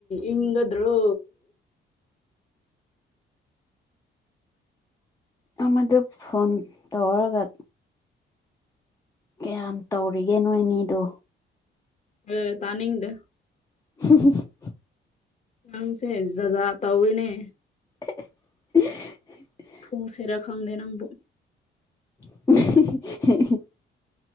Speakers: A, on the left; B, on the left.
A: ꯏꯪꯒꯗ꯭ꯔꯣ
B: ꯑꯃꯗꯨ ꯐꯣꯟ ꯇꯧꯔꯒ ꯀꯌꯥꯝ ꯇꯧꯔꯤꯒꯦ ꯅꯣꯏꯅꯤꯗꯣ
A: ꯍꯦ ꯇꯥꯅꯤꯡꯗꯦ
B: <unintelligible>
A: ꯅꯪꯁꯦ ꯖꯥꯠ ꯖꯥꯠ ꯇꯧꯏꯅꯦ
B: <unintelligible>
A: ꯐꯨꯁꯤꯔꯥ ꯈꯪꯗꯦ ꯅꯪꯕꯨ
B: <unintelligible>